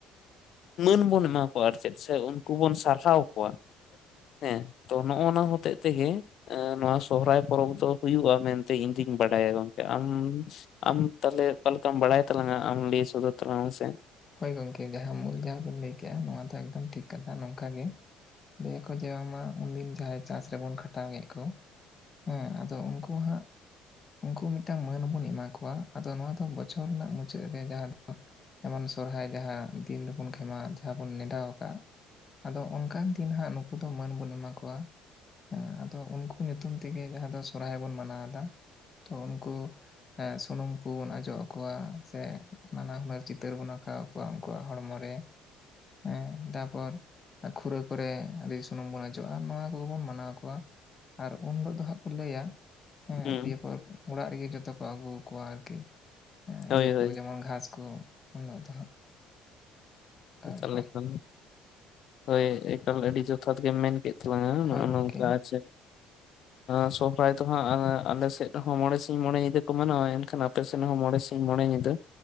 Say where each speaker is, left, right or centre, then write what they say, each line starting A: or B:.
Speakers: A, on the left; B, on the left.
A: ᱢᱟᱹᱱ ᱵᱚᱱ ᱮᱢᱟ ᱠᱚᱣᱟ ᱟᱨ ᱪᱮᱫ ᱥᱮ ᱩᱱᱠᱩ ᱵᱚᱱ ᱥᱟᱨᱦᱟᱣ ᱠᱚᱣᱟ᱾ ᱦᱮᱸ ᱛᱚ ᱱᱚᱜᱼ ᱱᱚᱣᱟ ᱦᱚᱛᱮᱜ ᱛᱮᱜᱮ ᱱᱚᱣᱟ ᱥᱚᱦᱨᱟᱭ ᱯᱚᱨᱚᱵᱽ ᱫᱚ ᱦᱩᱭᱩᱜᱼᱟ ᱢᱮᱱᱛᱮ ᱤᱧ ᱫᱩᱧ ᱵᱟᱰᱟᱭᱟ ᱜᱚᱢᱠᱮ᱾ ᱟᱢ ᱟᱢ ᱛᱟᱦᱚᱞᱮ ᱚᱠᱟ ᱞᱮᱠᱟᱢ ᱵᱟᱲᱟᱭ ᱛᱟᱞᱟᱝᱟ ᱟᱢ ᱞᱟᱹᱭ ᱥᱚᱫᱚᱨ ᱛᱟᱞᱟᱝ ᱢᱮ ᱥᱮ᱾
B: ᱦᱳᱭ ᱜᱚᱝᱠᱮ ᱡᱟᱦᱟᱸ ᱢᱩᱞ ᱡᱟᱦᱟᱸ ᱵᱤᱱ ᱞᱟᱹᱭ ᱠᱮᱫᱼᱟ ᱱᱚᱣᱟ ᱫᱚ ᱮᱠᱫᱚᱢ ᱴᱷᱤᱠ ᱠᱟᱛᱷᱟ ᱱᱚᱝᱠᱟ ᱜᱮ᱾ ᱞᱟᱹᱭ ᱟᱠᱚ ᱡᱮ ᱵᱟᱝᱢᱟ ᱩᱱᱫᱤᱱ ᱡᱟᱦᱟᱸᱭ ᱪᱟᱥ᱾ ᱡᱮᱵᱚᱱ ᱠᱷᱟᱴᱟᱣᱮᱫ ᱠᱚ ᱦᱮᱸ ᱟᱫᱚ ᱩᱱᱠᱩ ᱦᱟᱸᱜ᱾ ᱩᱱᱠᱩ ᱢᱤᱫᱴᱟᱝ ᱢᱟᱹᱱ ᱵᱚᱱ ᱮᱢᱟ ᱠᱚᱣᱟ ᱟᱫᱚ ᱱᱚᱣᱟ ᱫᱚ ᱵᱚᱪᱷᱚᱨ ᱨᱮᱱᱟᱜ ᱢᱩᱪᱟᱹᱫ ᱨᱮ ᱡᱟᱦᱟᱸ ᱫᱚ᱾ ᱡᱮᱢᱚᱱ ᱥᱚᱨᱦᱟᱭ ᱡᱟᱦᱟᱸ ᱫᱤᱱ ᱨᱮᱵᱚᱱ ᱠᱷᱮᱢᱟ ᱡᱟᱦᱟᱸ ᱵᱚᱱ ᱱᱮᱰᱟᱟᱣ ᱟᱠᱟᱫ᱾ ᱟᱫᱚ ᱚᱱᱠᱟᱱ ᱫᱤᱱ ᱦᱟᱸᱜ ᱱᱩᱠᱩ ᱫᱚ ᱢᱟᱹᱱ ᱵᱚᱱ ᱮᱢᱟ ᱠᱚᱣᱟ᱾ ᱦᱮᱸ ᱟᱫᱚ ᱩᱱᱠᱩ ᱧᱩᱛᱩᱢ ᱛᱮᱜᱮ ᱡᱟᱦᱟᱸ ᱫᱚ ᱥᱚᱨᱦᱟᱭ ᱵᱚᱱ ᱢᱟᱱᱟᱣ ᱮᱫᱟ, ᱛᱚ ᱩᱱᱠᱩ᱾ ᱥᱩᱱᱩᱢ ᱠᱩᱵᱩᱱ ᱚᱡᱚᱜ ᱟᱠᱚᱣᱟ ᱥᱮ ᱱᱟᱱᱟ ᱦᱩᱱᱟᱹᱨ ᱪᱤᱛᱟᱹᱨ ᱵᱚᱱ᱾ ᱟᱸᱠᱟᱣᱟ ᱟᱠᱚᱣᱟ ᱩᱱᱠᱩᱣᱟᱜ ᱦᱚᱲᱢᱚ ᱨᱮ ᱦᱮᱸ᱾ ᱛᱟᱨᱯᱚᱨ᱾ ᱠᱷᱩᱨᱟᱹ ᱠᱚᱨᱮ ᱟᱹᱰᱤ ᱥᱩᱱᱩᱢ ᱵᱚᱱ ᱚᱡᱚᱜᱼᱟ ᱟᱨ ᱱᱚᱣᱟ ᱠᱚᱵᱚᱱ ᱢᱟᱱᱟᱣ ᱠᱚᱣᱟ᱾ ᱟᱨ ᱩᱱ ᱦᱤᱞᱳᱜ ᱫᱚ ᱦᱟᱸᱜ ᱠᱚ ᱞᱟᱹᱭᱟ᱾ ᱦᱮᱸ
A: ᱦᱩᱸ
B: ᱫᱤᱭᱮ ᱯᱚᱨ ᱚᱲᱟᱜ ᱨᱮᱜᱮ ᱡᱚᱛᱚ ᱠᱚ ᱟᱹᱜᱩ ᱟᱠᱚᱣᱟ ᱟᱨᱠᱤ᱾ ᱦᱚᱸ
A: ᱦᱳᱭ
B: ᱤᱭᱟᱹ ᱠᱚ
A: ᱦᱳᱭ
B: ᱡᱮᱢᱚᱱ ᱜᱷᱟᱥ ᱠᱚ ᱾
A: ᱮᱠᱟ
B: ᱵᱮᱯᱟᱨ
A: ᱮᱠᱟ ᱦᱳᱭ ᱮᱠᱟᱞ ᱟᱹᱰᱤ ᱡᱚᱛᱷᱟᱛ ᱜᱮᱢ ᱢᱮᱱ ᱠᱮᱫ᱾ ᱛᱟᱞᱟᱝ -ᱟ᱾ᱱᱚᱜ-ᱚᱭ
B: ᱦᱳᱭ ᱜᱚᱝᱠᱮ
A: ᱱᱚᱝᱠᱟ ᱟᱨ ᱪᱮᱫ,
B: <unintelligible>
A: ᱥᱚᱦᱨᱟᱭ ᱫᱚ ᱦᱟᱸᱜ ᱟᱞᱮ ᱥᱮᱫ ᱦᱚᱸ ᱢᱚᱬᱮ ᱥᱤᱧ ᱢᱚᱬᱮ ᱧᱤᱫᱟᱹ ᱠᱚ ᱢᱟᱱᱟᱣᱟ᱾ ᱮᱱᱠᱷᱟᱱ᱾ ᱟᱯᱮ ᱥᱮᱱ ᱦᱚᱸ ᱢᱚᱬᱮ ᱥᱤᱧ ᱢᱚᱬᱮ ᱧᱤᱫᱟᱹ